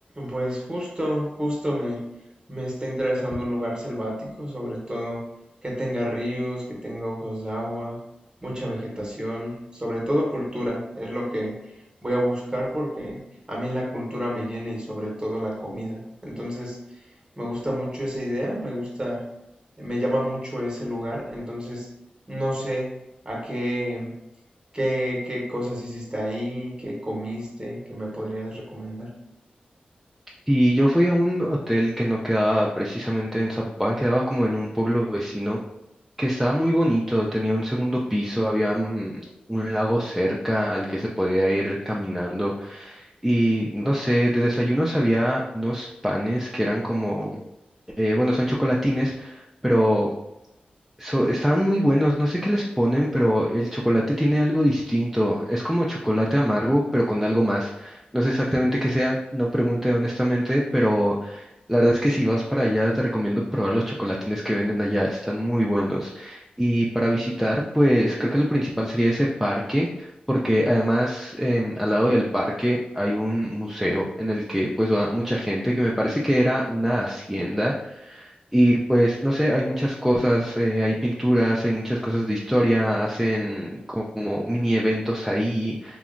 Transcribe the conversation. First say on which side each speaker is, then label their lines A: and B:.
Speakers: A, on the right; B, in the centre.
A: Pues justo, justo me, me está interesando un lugar selvático, sobre todo que tenga ríos, que tenga ojos de agua, mucha vegetación, sobre todo cultura, es lo que voy a buscar porque a mí la cultura me llena y sobre todo la comida. Entonces, me gusta mucho esa idea, me gusta, me llama mucho ese lugar, entonces no sé a qué, qué, qué cosas hiciste ahí, qué comiste, qué me podrías recomendar.
B: Y yo fui a un hotel que no quedaba precisamente en Zapopan, quedaba como en un pueblo vecino que estaba muy bonito, tenía un segundo piso, había mm, un lago cerca al que se podía ir caminando y no sé, de desayunos había unos panes que eran como, eh, bueno, son chocolatines, pero So, estaban muy buenos, no sé qué les ponen, pero el chocolate tiene algo distinto. Es como chocolate amargo, pero con algo más. No sé exactamente qué sea, no pregunté honestamente, pero la verdad es que si vas para allá, te recomiendo probar los chocolatines que venden allá, están muy buenos. Y para visitar, pues creo que lo principal sería ese parque, porque además em, al lado del parque hay un museo en el que pues va mucha gente, que me parece que era una hacienda y pues, no sé, hay muchas cosas, eh, hay pinturas, hay muchas cosas de historia, hacen como mini eventos ahí,